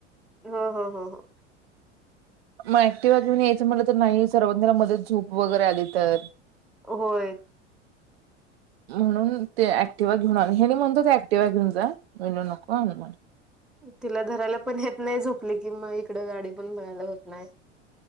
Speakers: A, in the centre; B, on the right.
A: हा हा ह ह.
B: मग ऍक्टिव्हा घेऊन यायचं म्हटलं, तर नाही सर्वज्ञाला मदत झोप वगैरे आली तर.
A: होय.
B: म्हणून ते ऍक्टिवा घेऊन, हेनि म्हणत ऍक्टिवा घेऊन जा, म्हणल नको <unintelligible>
A: तिला धरायला पण येत नाही झोपली कि म इकडं गाडी पण बघयला होत नाही.